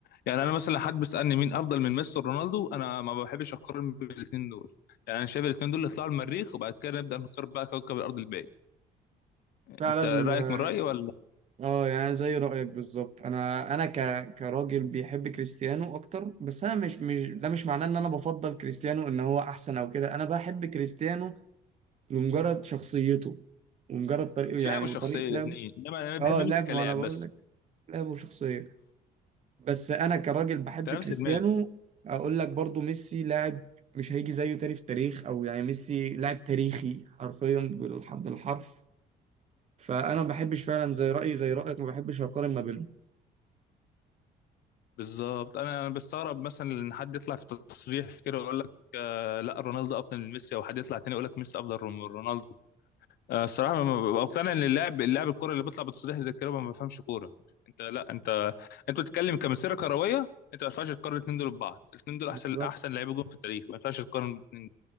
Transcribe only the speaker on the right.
فعلا
اه يعني زي رأيك بالظبط انا انا ك... كراجل بيحب كريستيانو اكتر بس انا مش مش ده مش معناه ان انا بفضل كريستيانو ان هو احسن او كده انا بحب كريستيانو لمجرد شخصيته ومجرد طريقه يعني
وطريقة
لعبه
اه
لعب
ما انا بقول
لك لعبه وشخصية بس انا كراجل بحب
كريستيانو
اقول لك برضو ميسي لاعب مش هيجي زيه تاني في التاريخ او يعني ميسي لاعب تاريخي حرفيا بالحرف بالحرف فانا ما بحبش فعلا زي رأيي زي رأيك ما بحبش اقارن ما بينهم
بالظبط